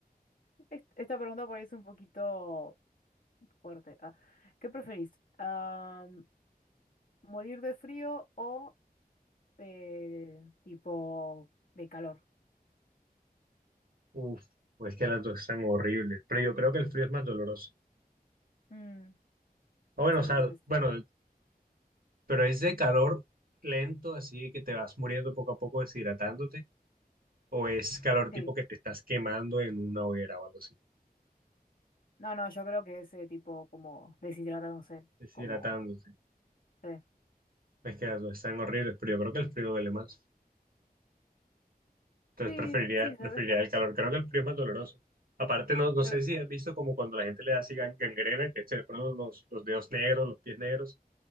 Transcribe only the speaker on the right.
Uf, pues que las dos están horribles, pero yo creo que el frío es más doloroso.
Ah, bueno,
o sea,
bueno, pero es de calor lento, así que te vas muriendo poco a poco deshidratándote, o es calor
tipo que te estás quemando en una hoguera o algo así,
deshidratándote.
Es que las dos están horribles, pero yo creo que el frío duele más. Entonces
preferiría,
preferiría el calor. Creo que el frío es más doloroso. Aparte, no, no
sé si has visto como cuando la gente le da así gan- gangrena, que se le ponen los, los dedos negros, los pies negros,